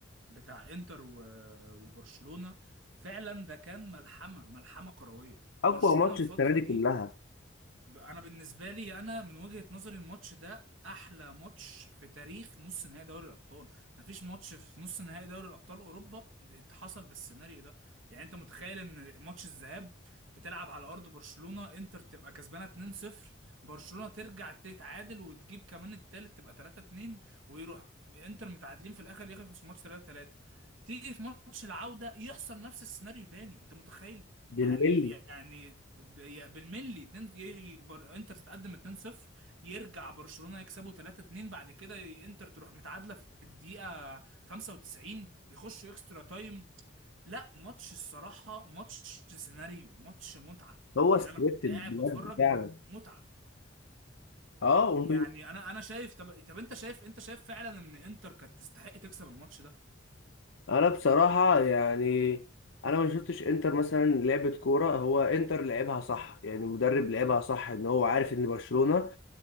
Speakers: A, on the right (about 80°); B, on the left (about 75°).
A: بتاع انتر و- وبرشلونه فعلا ده كان ملحمه ملحمه كرويه
B: اقوى
A: برشلونه
B: ماتش
A: الفتره
B: السنه دي
A: دي
B: كلها
A: ب- انا بالنسبه لي انا من وجهه نظري الماتش ده احلى ماتش في تاريخ نص نهائي دوري الابطال مفيش ماتش في نص نهائي دوري الابطال اوروبا اللي حصل بالسيناريو ده يعني انت متخيل ان ماتش الذهاب بتلعب على ارض برشلونه انتر تبقى كسبانه 2-0 برشلونه ترجع تتعادل وتجيب كمان التالت تبقى 3-2 ويروح انتر متعادلين في الاخر يخلص الماتش 3-3 تيجي في ماتش العوده يحصل نفس السيناريو تاني انت متخيل
B: بالملي
A: يعني يعني يا- بالملي اتنين يجي بر... انتر تتقدم 2-0 يرجع برشلونة يكسبوا 3-2 بعد كده انتر تروح متعادلة في الدقيقة 95 يخشوا اكسترا تايم لا ماتش الصراحة ماتش سيناريو ماتش متعة
B: هو
A: يعني
B: سكريبتد
A: انا كنت قاعد
B: بجد
A: بتفرج
B: فعلا
A: متعة
B: اه
A: يعني انا انا شايف طب طب انت شايف انت شايف فعلا ان انتر كانت تستحق تكسب الماتش ده
B: انا بصراحه يعني انا ما شفتش انتر مثلا لعبه كوره هو انتر لعبها صح يعني المدرب لعبها صح ان هو عارف ان برشلونه